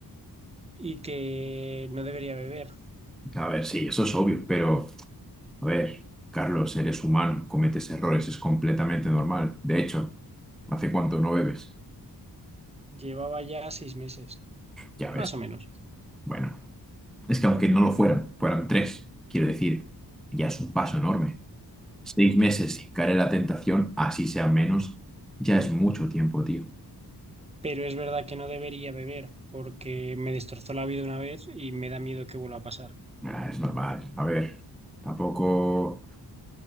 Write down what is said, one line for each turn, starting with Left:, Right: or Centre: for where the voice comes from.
Right: y que no debería beber.
Centre: A ver, sí, eso es obvio, pero, a ver, Carlos, eres humano, cometes errores, es completamente normal. De hecho, ¿hace cuánto no bebes?
Right: Llevaba ya seis meses,
Centre: Ya ves.
Right: más o menos.
Centre: Bueno, es que aunque no lo fueran, fueran tres, quiero decir, ya es un paso enorme. Seis meses sin caer en la tentación, así sea menos, ya es mucho tiempo, tío.
Right: Pero es verdad que no debería beber porque me destrozó la vida una vez y me da miedo que vuelva a pasar.
Centre: Ah, Es normal. A ver, tampoco.